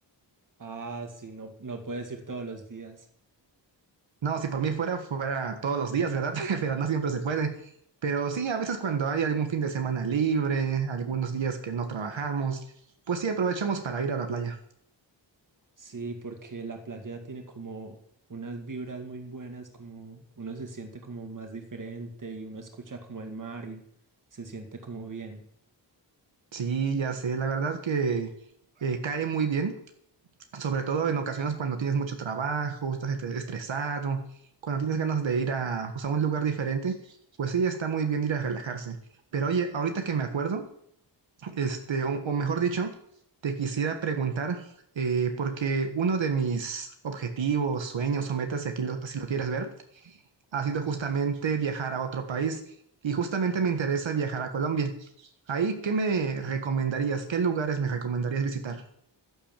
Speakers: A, on the right; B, on the right.
A: Ah, sí, no, no puedes ir todos los días.
B: No, si por mí fuera, fuera todos los días, ¿verdad? <laughs> Pero no siempre se puede. Pero sí, a veces cuando hay algún fin de semana libre, algunos días que no trabajamos, pues sí aprovechamos para ir a la playa.
A: Sí, porque la playa tiene como unas vibras muy buenas, como uno se siente como más diferente y uno escucha como el mar y se siente como bien.
B: Sí, ya sé, la verdad que eh, cae muy bien, sobre todo en ocasiones cuando tienes mucho trabajo, estás est- estresado, cuando tienes ganas de ir a, pues, a un lugar diferente, pues sí, está muy bien ir a relajarse. Pero oye, ahorita que me acuerdo, Este, o, o mejor dicho, te quisiera preguntar, eh, porque uno de mis objetivos, sueños o metas, si aquí lo, si lo quieres ver, ha sido justamente viajar a otro país y justamente me interesa viajar a Colombia. Ahí, ¿qué me recomendarías? ¿Qué lugares me recomendarías visitar?